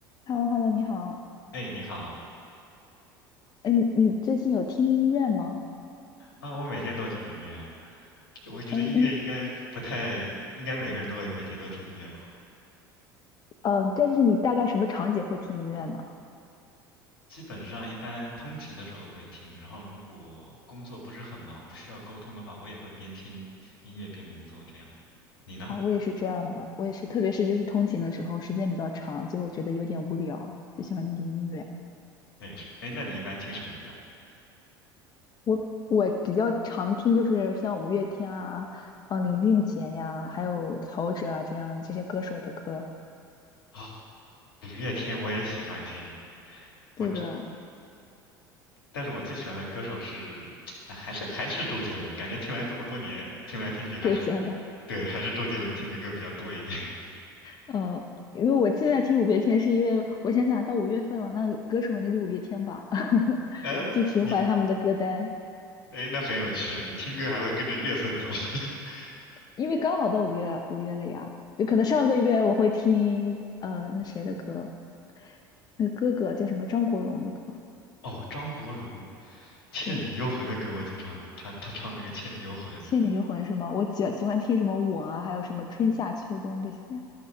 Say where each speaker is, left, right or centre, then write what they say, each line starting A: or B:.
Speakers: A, on the left; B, on the left.
A: h e l l o h e l l o 你好。
B: 哎，你好
A: 哎，你你最近有听音乐吗？
B: 啊！我每天都听音乐，我觉得音乐应该不太，
A: 哎，你
B: 应该每个人都会每天都听音乐吧。
A: 嗯、呃但是你大概什么场景会听音乐呢？
B: 基本上一般通勤的时候会听，然后如果工作不是很忙，不需要沟通的话，我也会边听音乐边工作这样。你呢？
A: 啊、我也是这样的，我也是，特别是就是通勤的时候，时间比较长，就觉得有点无聊，就喜欢听听音乐。
B: 哎，是，哎，那你一般听什么歌啊？<laughs>
A: 我我比较常听就是像五月天啊，嗯、林俊杰呀，还有陶喆啊这样这些歌手的歌。
B: 啊，五月天我也喜欢听，
A: 对的，
B: 我只，但是我最喜欢的歌手是，<tsk> 啊还是还是周杰伦，感觉听来这么多年，听来听去还是，
A: 周杰伦。
B: 对，还是周杰伦听的歌比较多一点。
A: 呃，因为我现在听五月天，是因为我想想到五月份了，那歌手那就五月天吧，<laughs>
B: <laughs> 呃，
A: 就循环他们的歌单，
B: 你哎，那很有趣啊！你听歌还会跟着乐份走。<laughs>
A: 因为刚好到五月五月了呀，就可能上个月我会听呃那谁的歌，那哥哥叫什么张国荣的歌，
B: 哦，张国荣，《倩女幽魂》的歌我经常，
A: 对，
B: 他他唱的那个《倩女幽魂》
A: 《倩女幽魂》是吗？我喜喜欢听什么我啊，还有什么春夏秋冬这些，